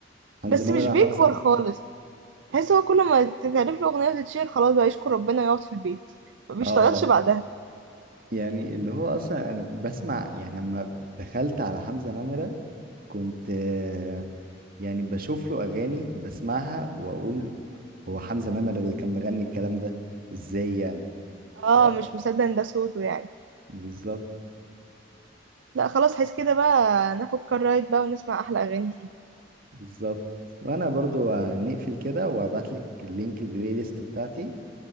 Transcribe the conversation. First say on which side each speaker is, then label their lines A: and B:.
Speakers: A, on the right (about 50°); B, on the right (about 70°).
A: حمزة
B: بس
A: نمرة
B: مش بيكبر
A: حافظ
B: خالص تحس هو كل ما تتعرف له أغنية وتتشير خلاص بقى يشكر ربنا ويقعد في البيت ما بيشتغلش
A: اه
B: بعدها
A: يعني اللي هو اصلا انا بسمع يعني اما دخلت على حمزة نمرة كنت آه، يعني بشوف له اغاني بسمعها واقول هو حمزة نمرة اللي كان مغني الكلام ده ازاي يعني
B: اه
A: ف-
B: مش مصدق ان ده صوته يعني
A: بالظبط
B: لا خلاص حس كده بقى ناخد كار رايد بقى ونسمع أحلى أغاني فيها
A: بالظبط وانا برضو آه، نقفل كده وابعت لك لينك البلاي ليست بتاعتي